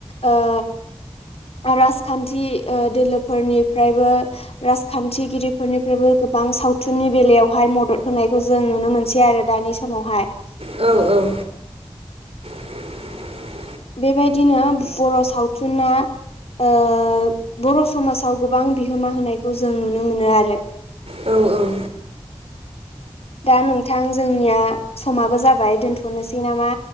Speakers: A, on the left; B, on the right.
A: ओ राजखान्थि ओ दोलोफोरनिफ्रायबो राजखान्थिगिरि फोरनिफ्रायबो गोबां सावथुननि बेलायावहाय मदद होनायखौ जों नुनो मोनसै आरो दानि समावहाय
B: औ औ <inaudible>
A: बेबायदिनो बर' सावथुना ओ बर' समाजाव गोबां बिहोमा होनायखौ जों नुनो मोनो आरो।
B: औ औ
A: दा नोंथां जोंनिया समाबो जाबाय दोनथ'नोसै नामा